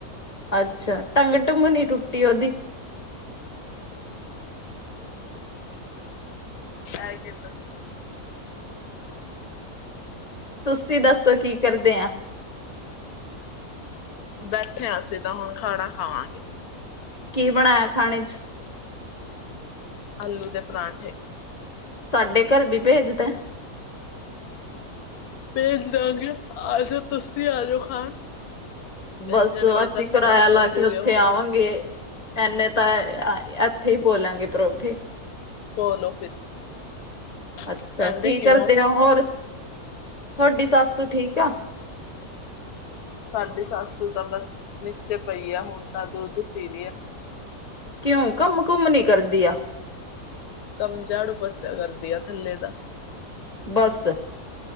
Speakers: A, on the left; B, on the left.
A: ਅੱਛਾ। ਟੰਗ ਟੁੰਗ ਨੀ ਟੁੱਟੀ ਓਦੀ।
B: ਐ ਕੇ ਦਸਦੀ।
A: ਤੁਸੀ ਦੱਸੋ ਕੀ ਕਰਦੇ ਆ?
B: ਬੈਠੇ ਆਂ ਅਸੀ ਤਾਂ ਹੁਣ ਖਾਣਾ ਖਾਵਾਂਗੇ।
A: ਕੀ ਬਣਾਏਆ ਖਾਣੇ ਚ?
B: ਆਲੂ ਦੇ ਪਰਾਂਠੇ।
A: ਸਾਡੇ ਘਰ ਵੀ ਭੇਜ ਦੇ।
B: ਭੇਜ ਦਾਂਗੇ। ਆਜੋ ਤੁਸੀ ਆ ਜਓ ਖਾਣ। ਭੇਜਣਗੇ
A: ਬਸ ਅਸੀ
B: ਤਾਂ ਠੰਡੇ
A: ਕਰਾਏਆ ਲਾ
B: ਹੋਜੂਗੇ
A: ਕੇ ਓਥੇ
B: ਉਹ।
A: ਆਵਾਂਗੇ। ਐਨੇ ਤਾਂ ਅ ਐਥੇ ਈ ਪੋ ਲਾਂਗੇ ਪਰੌਠੇ।
B: ਪੋ ਲੋ ਫਿਰ।
A: ਅੱਛਾ।
B: ਕਹਿੰਦੇ
A: ਕੀ
B: ਕਿਉਂ
A: ਕਰਦੇ
B: ਹੋ?
A: ਨੇ ਹੋਰ ਤੁਹਾਡੀ ਸੱਸ ਠੀਕ ਆ?
B: ਸਾਡੀ ਸਾਸੂ ਤਾਂ ਬਸ ਨੀਚੇ ਪਈ ਆ। ਹੁਣ ਤਾਂ ਦੁੱਧ ਪੀ ਰੀ ਆ।
A: ਕਿਉਂ ਕਮ ਕੁੁੰਮ ਨੀ ਕਰਦੀ ਆ।
B: ਕੰਮ ਝਾੜੂ ਪੋਚਾ ਕਰਦੀ ਆ ਥੱਲੇ ਦਾ।
A: ਬਸ।